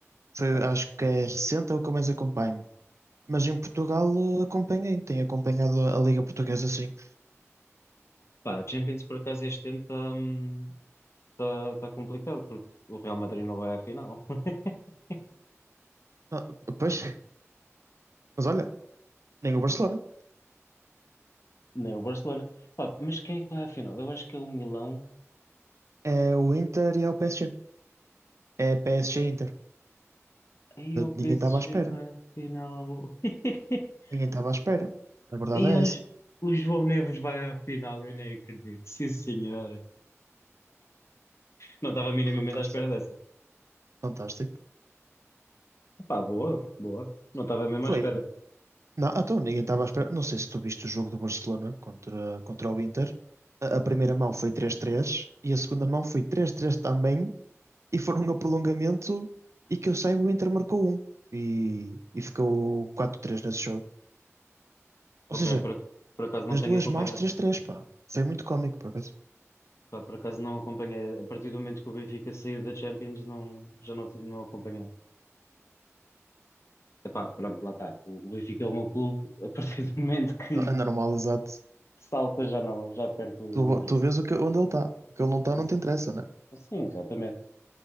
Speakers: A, on the right (about 65°); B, on the left (about 60°).
A: Foi,
B: Ok.
A: acho que é recente, é o que eu mais acompanho. Mas em Portugal, ah, acompanhei, tenho acompanhado a Liga Portuguesa, sim.
B: Pá, Champions, por acaso, este ano está hum, tá, tá complicado, porque o Real Madrid não vai à final. <laughs>
A: Ah, pois, mas olha, nem o Barcelona,
B: Nem o Barcelona. Pá, mas quem é que vai à final? Eu acho que é o Milão.
A: é o Inter e é o PSG. É PSG-Inter.
B: Aí o PSG
A: ninguém estava à espera,
B: vai à final. <laughs>
A: ninguém estava à espera. A verdade
B: E
A: é
B: hoje
A: essa.
B: o João Neves vai à final. Eu nem acredito. Sim, senhora. Não estava minimamente
A: Fantástico.
B: à espera dessa.
A: Fantástico.
B: Pá, boa, boa. Não estava mesmo
A: Foi.
B: à espera.
A: Não, então ninguém estava à espera. Não sei se tu viste o jogo do Barcelona contra, contra o Inter. A, a primeira mão foi três três e a segunda mão foi três três também. E foram a prolongamento e que eu saiba o Inter marcou um. E, e ficou quatro três nesse jogo.
B: Ok,
A: Ou seja,
B: por, por acaso não
A: nas
B: tenho
A: duas
B: acompanhado.
A: mãos três três pá. Foi muito cómico, por acaso.
B: Pá, por acaso não acompanhei. A partir do momento que o Benfica saiu da Champions, não, já não, não acompanhei. Epá, pronto, lá está. O, o Benfica é o meu clube. <laughs> A partir do momento que
A: Anormal, exato.
B: salta, já não, já perco o
A: Tu,
B: interesse.
A: tu vês o que, onde ele está. O que ele não está
B: Mas,
A: não te interessa, né?
B: Sim, exatamente.